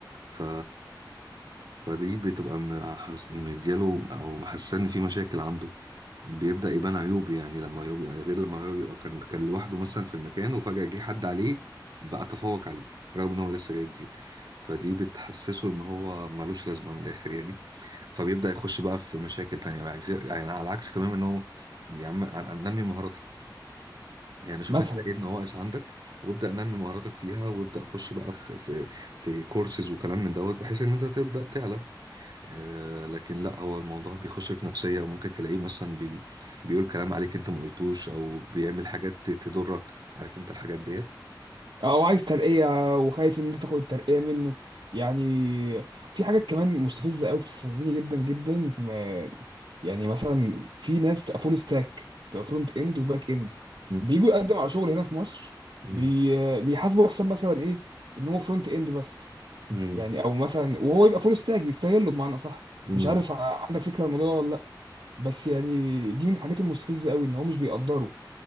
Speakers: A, on the right; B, on the right.
A: ف فدي بتبقى محس- مدياله او محسسني في مشاكل عنده بيبدأ يبان عيوب يعني لما هو بيبقى غير لما هو بيبقى كان كان لوحده مثلا في المكان وفجأة جه حد عليه بقى تفوق عليه رغم ان هو لسه جاي جديد فدي بتحسسه ان هو ملوش لازمة من الاخر يعني فبيبدأ يخش بقى في مشاكل تانية بقى غير- يعني على العكس تماما ان هو يا عم ع- نمي مهاراتك يعني شوف
B: مثلا
A: انت ايه النواقص عندك وابدأ نمي مهاراتك فيها وابدأ خش بقى في في في كورسز وكلام من دوت بحيث ان انت تبدأ تعلى آه لكن لا هو الموضوع بيخش في نفسية وممكن تلاقيه مثلا بي بيقول كلام عليك انت ما قلتوش او بيعمل حاجات ت- تضرك عارف انت الحاجات ديت
B: او عايز ترقيه وخايف ان انت تاخد الترقيه منه يعني في حاجات كمان مستفزه قوي بتستفزني جدا جدا في م- يعني مثلا في ناس بتبقى فول ستاك بتبقى فرونت اند وباك اند
A: مم.
B: بيجوا يقدم على شغل هنا في مصر
A: مم.
B: بي بيحاسبوا حساب مثلا ايه ان هو فرونت اند بس
A: مم.
B: يعني او مثلا وهو يبقى فول ستاك بيستغله بمعنى صح
A: مم.
B: مش عارف ع- عندك فكره عن الموضوع ده ولا لا بس يعني دي من الحاجات المستفزه قوي ان هو مش بيقدره